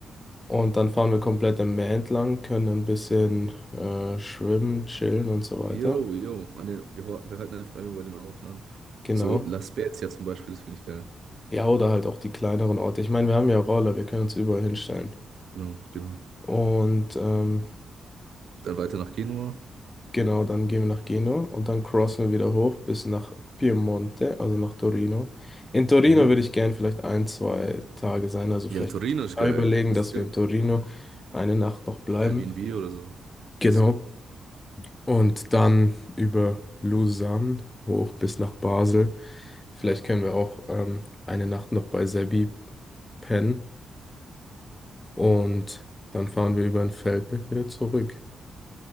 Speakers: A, on the left; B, on the right.
A: Und dann fahren wir komplett am Meer entlang, können ein bisschen äh, schwimmen, chillen und so weiter.
B: Jo, jo. An den, wir, ho- wir halten einfach immer bei den Orten an.
A: Genau.
B: So La Spezia zum Beispiel, das finde ich geil.
A: Ja, oder halt auch die kleineren Orte. Ich meine, wir haben ja Roller, wir können uns überall hinstellen.
B: Genau, genau.
A: Und ähm,
B: Dann weiter nach Genua.
A: Genau, dann gehen wir nach Genua und dann crossen wir wieder hoch bis nach Piemonte, also nach Torino. In Torino
B: Mhm.
A: würde ich gern vielleicht ein, zwei Tage sein, also
B: Ja,
A: vielleicht
B: Torino ist
A: überlegen,
B: geil. Das
A: dass
B: ist ge-
A: wir in Torino eine Nacht noch bleiben.
B: Airbnb oder so.
A: Genau.
B: Das,
A: Und dann über Lausanne hoch bis nach Basel. Vielleicht können wir auch ähm, eine Nacht noch bei Sebi pennen und dann fahren wir über den Feldberg wieder zurück.